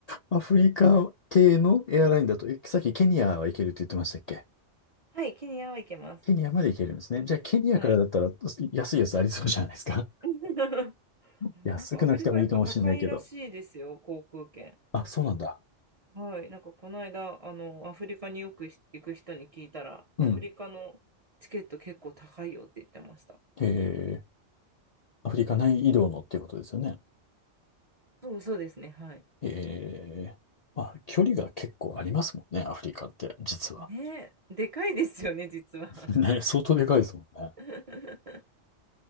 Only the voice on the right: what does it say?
はい、ケニアはいけます。
はい。<laughs>
でもなんかアフリカやっぱ高いらしいですよ、
航空券。
はい、なんかこの間、あの、アフリカによく行く人に聞いたら、アフリカのチケット結構高いよって言ってました。
そうそうですね、はい。
ねえ、でかいですよね、実は。
<laughs>